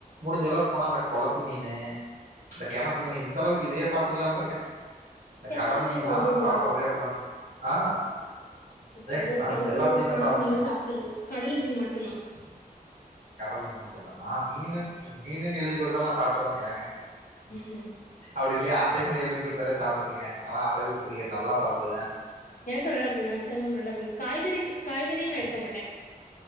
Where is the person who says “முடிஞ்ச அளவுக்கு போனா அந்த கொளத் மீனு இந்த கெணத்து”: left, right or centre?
Right